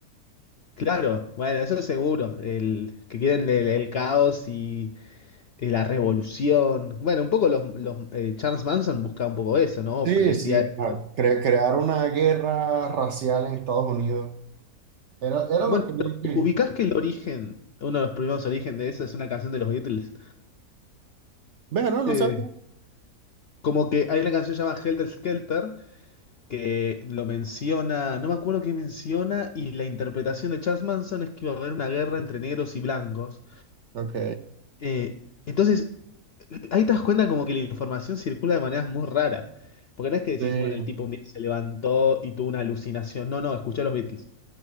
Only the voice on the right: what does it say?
Sí,
sí, claro.
Cre- crear una guerra racial en Estados Unidos. Era, era
lo que yo quería.
Vea, no, no
sabía.
Ok.
Sí.